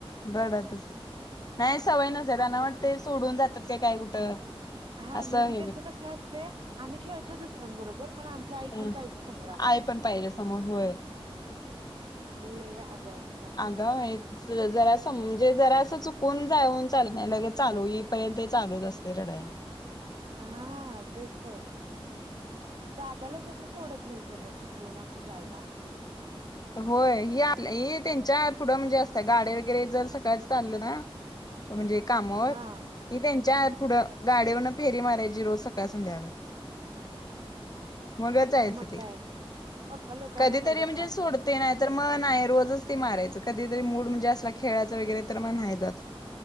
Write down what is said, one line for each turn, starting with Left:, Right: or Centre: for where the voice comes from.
Left: रडतच नाही सवय नसे त्यांना
Right: असं
Left: वाटते
Right: असतंय
Left: सोडून जातात काय काय कुठं
Right: हा
Left: असं
Right: म्हणजे
Left: हे
Right: त्यांचं
Left: करतात.
Right: कसं असते आम्ही खेळतो दुसऱ्यांबरोबर पण आम आई
Left: हं.
Right: पण पाहिजे समोर आम्हाला
Left: आई पण पाहिजे समोर होय
Right: लय आगावपण
Left: गाव आहेत जरा असं म्हणजे जरा असं चुकून जाऊन चालत नाही लगे चालू येईपर्यंत चालूच असते रडायला
Right: हा तेच तर दादाला सुद्धा सोडत नाही त्यांना चुकून असं जायला
Left: होय ही त्यांच्या पुढं म्हणजे असतं गाड वगैरे जर सकाळ चाललं ना म्हणजे कामवर
Right: हा
Left: ती त्यांच्या पुढं गाडीवरून फेरी मारायची रोज सकाळ संध्याकाळ मगच जायचं
Right: मग
Left: ते
Right: काय पप्पा लोकांना
Left: कधीतरी
Right: तेवढंच
Left: म्हणजे
Right: काम
Left: सोडते तर मन आहे रोजच ती मारायच कधीतरी मूड म्हणजे असला खेळायचं वगैरे तर म्हणायच